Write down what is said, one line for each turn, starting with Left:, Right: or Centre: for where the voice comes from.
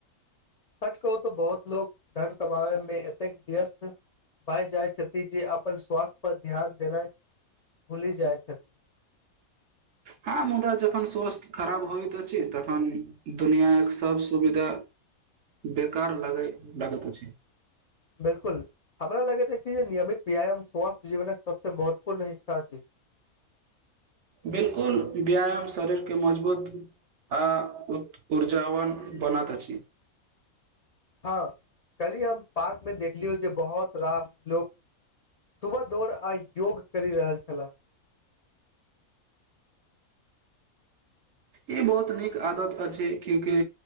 Left: सच कहू तऽ बहुत लोक धन कमाबे में एतेक व्यस्त भाय जाइ छथि जे अपन स्वास्थ पर ध्यान देनाइ भुलि जाइ छथि
Right: हँ मुदा जखन स्वास्थ्य खराब होइत अछि तखन दुनिआँक सब सुविधा बेकार लागै लागैत अछि
Left: बिलकुल हमरा लगैत छै जे नियमित व्यायाम स्वास्थ्य जीवनक सबसे महत्वपूर्ण हिस्सा छै
Right: बिलकुल व्यायाम शरीर कऽ मजबूत आ उ ऊर्जावन बनात अछि
Left: हँ कली हम पार्क में देखलियो जे बहुत रास लोक सुबह दौड़ आ योग करि रहल छलह
Right: ई बहुत नीक आदत अछि क्यूकि